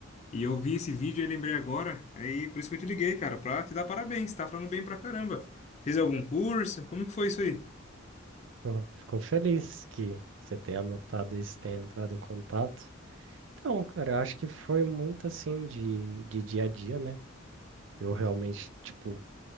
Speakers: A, on the left (about 30°); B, on the right (about 60°).
A: E eu vi esse vídeo e lembrei agora, aí por isso que eu te liguei, cara, pra te dar parabéns. Você tá falando bem pra caramba. Fez algum curso? Como que foi isso aí?
B: Pô, Fico feliz que você tenha anotado isso, tenha entrado em contato. Então, cara, eu acho que foi muito assim de, de dia a dia, né? Eu realmente, tipo,